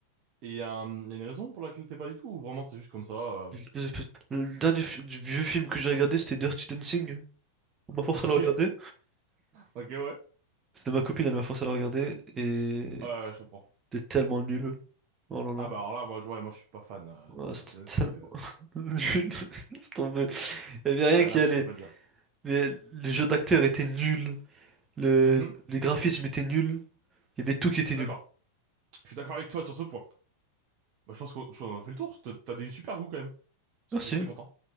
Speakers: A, on the right (about 40°); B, on the right (about 20°).
A: Et il y, a un- y a une raison pour laquelle t'es pas du tout ou vraiment c'est juste comme ça. euh,
B: Le le dernier fi- vieux film que j'ai regardé, c'était Dirty Dancing. On m'a forcé
A: <laughs> Ok,
B: à le regarder.
A: ok, ouais,
B: C'était ma copine, elle m'a forcé à la regarder et
A: ouais, je comprends.
B: c'était tellement nul. Oh là là.
A: Ah bah alors là, moi, je- ouais, moi je suis pas fan euh,
B: Oh,
A: de
B: c'était
A: Dirty Dancing.
B: tellement
A: euh.
B: <laughs> nul. <laughs> C'est tombé. Il n'y avait
A: Ouais,
B: rien qui
A: là, je
B: allait.
A: peux pas te dire.
B: Mais le jeu d'acteur était nul. Le...
A: Mhm,
B: Les graphismes étaient nuls. Il y avait tout qui était
A: Je suis
B: nul.
A: d'accord. Je suis d'accord avec toi sur ce point. Bah, je pense qu'on on fait le tour. T'as t'as des super goûts quand même. Parce
B: Merci.
A: que j'étais content.